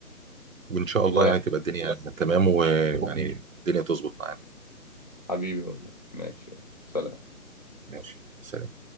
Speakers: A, on the right; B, on the left.
A: وان شاء
B: والله
A: الله يعني تبقى الدنيا تمام ويعني الدنيا تظبط معانا
B: حبيبي والله ماشي يلا. سلام
A: ماشي سلام